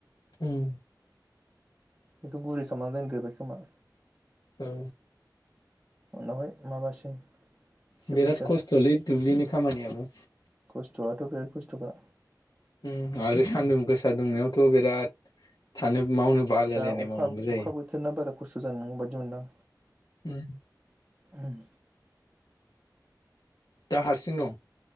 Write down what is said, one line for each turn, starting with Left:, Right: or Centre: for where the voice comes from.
Left: उम।
Right: बेथ' गुरै खामना दोनग्रोबबाय खोमा।
Left: औ।
Right: उनावहाय माबासै। एसे
Left: बिराद
Right: बुरजा
Left: खस्थ'लै दुब्लिनि खामानियाबो।
Right: खस्थ'आथ' बिराद खस्थ'खा।
Left: ओम आरो सान्दुं गोसा दुंनायावथ' बिराद थानो मावनो बालायलायनाय
Right: दा अखा
Left: मावनांगौ जायो
Right: अखा बोथोरनाा बारा खस्थ' जानाय नंया बायदि मोनदां‌
Left: उम
Right: ओम।
Left: दा हारसिं दं।